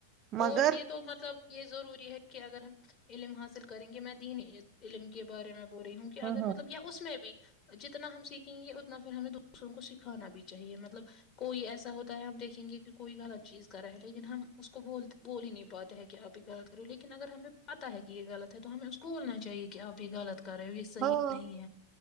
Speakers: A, on the right; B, on the left.
A: مگر
B: اور یہ تو مطلب یہ ضروری ہے کہ اگر ہم علم حاصل کریں گے میں دینی علم کے بارے میں بول رہی ہوں کہ
A: ہاں
B: اگر مطلب یا اس میں بھی جتنا ہم سیکھ سیں گے اتنا پھر ہمیں دوسروں کو سیک کانا بھی چاہیے مطلب کوئی ایسا ہوتا ہے ہم دیکھیں گے کہ کوئی غلط چیز کرا ہے لیکن ہم اس کو بول بول ہی نہیں پاتے ہے کہ آپ یہ غلط کرو لیکن اگر ہمیں پتہ ہے کہ یہ غلط ہے تو ہمیں اس کو بولنا چاہیے کہ آپ یہ غلط کر رہے ہو یہ صحیح
A: ہاں
B: نہیں ہے